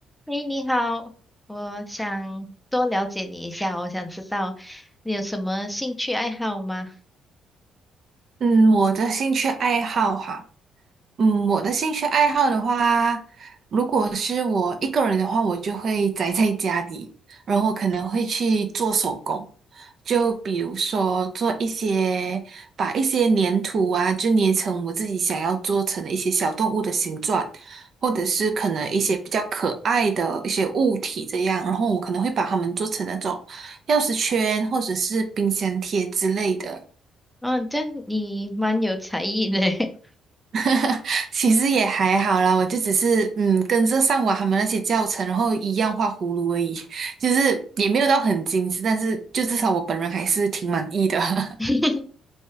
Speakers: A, in the centre; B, on the right.
A: 哎，你好，我想多了解你一下，我想知道你有什么兴趣爱好吗？
B: 嗯，我的兴趣爱好哈，嗯，我的兴趣爱好的话，如果是我一个人的话，我就会宅在家里，然后可能会去做手工，就比如说做一些，把一些粘土啊，就捏成我自己想要做成的一些小动物的形状，或者是可能一些比较可爱的一些物体这样，然后我可能会把它们做成那种钥匙圈或者是冰箱贴之类的。
A: 哦，这样你蛮有才艺的诶，
B: <laughs> 其实也还好啦，我就只是嗯跟着上网他们那些教程，然后一样画葫芦而已，<laughs> 就是也没有到很精致，但是就至少我本人还是挺满意的。<laughs>
A: <laughs>